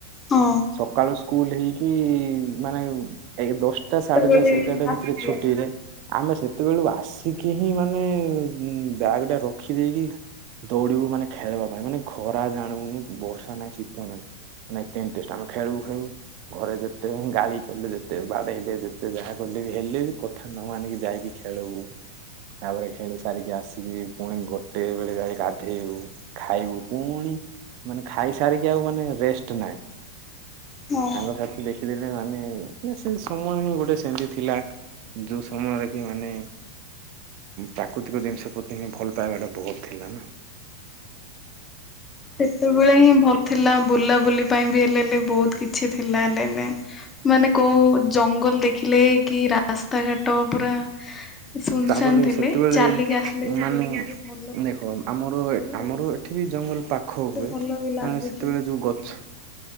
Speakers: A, on the left; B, on the right.
A: ହଁ
B: ସକାଳୁ ସ୍କୁଲ ହେଇକି କି ମାନେ ଏକ ଦଶଟା ସାଢେ
A: ବେଳେ
B: ଦଶ ଏଗାରଟା ଭିତରେ
A: ଆସୁଥିଲା।
B: ଛୁଟି ହେଇଯାଏ ଆମେ ସେ ସେତେବେଳୁ ଆସିକି ହିଁ ମାନେ ଉ ବ୍ୟାଗ ଟା ରଖି ଦେଇେଇକି ଦୌଡିବୁ ମାନେ ଖେଳିବା ପାଇଁ ମାନେ ଖରା ଜାଣିବୁନୁ ବର୍ଷା ନାହିଁ ଶୀତ ନାହିଁ ମାନେ ଏତେ ଆମେ ଖେଳିବୁ ଖେଳିବୁ ଘରେ ଯେତେ ଗାଳି କଲେ ଯେତେ ବାଡ଼େଇଲେ ଯେତେ ଯାହା କଲେ ବି ହେଲେ ବି କଥା ନ ମାନିକି ଯାଇକି ଖେଳିବୁ ତାପରେ ଖେଳି ସାରିକି ଆସିକି ପୁଣି ଗୋଟେ ବେଳେ ଯାଇକି ଗାଧେଇବୁ ଖାଇବୁ ପୁଣି ମାନେ ଖାଇସାରିକି ଆଉ ମାନେ ରେଷ୍ଟ ନହିଁ
A: ହଁ
B: ସାଙ୍ଗସାଥି ଦେଖିଦେଲେ ଏ ମାନେ ସେ ସମୟ ହିଁ ଗୋଟେ ସେମିତି ଥିଲା ଯୋଉ ସମୟରେ କି ମାନେ ପ୍ରାକୃତିକ ଜିନିଷ ପ୍ରତି ହିଁ ଭଲ ପାଇବାଟା ବହୁତ ଥିଲା ନା।
A: ସେତ ସବୁବେଳେ ହିଁ ଭଲ ଥିଲା ବୁଲାବୁଲି ପାଇଁ ବି ହେଲେ ହେଲେ ବହୁତ କିଛି ଥିଲା ହେଲେ ହେଲେ ମାନେ କୋଉ ଜଙ୍ଗଲ ଦେଖିଲେ କି ରାସ୍ତାଘାଟ ପୁରା ସୁନସାନ୍
B: ତାପରେ
A: ଥିଲେ
B: ସେତେବେଳେ
A: ଚାଲିକି ଆସିଲେ ହେଲେ
B: ମାନେ
A: ଦେହକୁ ଟିକେ ଭଲ
B: ଦେଖ ଆମର
A: ବି
B: ଆମର
A: ରହୁଛି।
B: ଏଠି ବି ଜଙ୍ଗଲ ପାଖ
A: ତ
B: ହୁଏ
A: ଭଲ ବି ଲାଗୁଛି
B: ମାନେ ସେତେବେଳେ ଯୋଉ ଗଛ